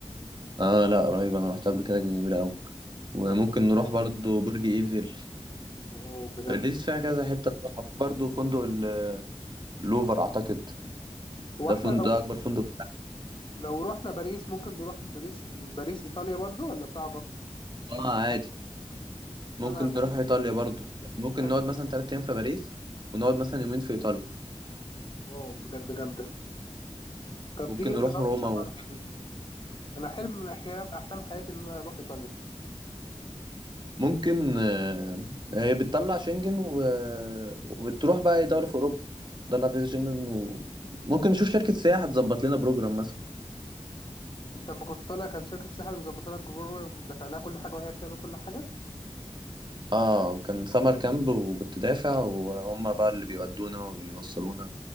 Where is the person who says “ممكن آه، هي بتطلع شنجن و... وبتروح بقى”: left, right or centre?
Right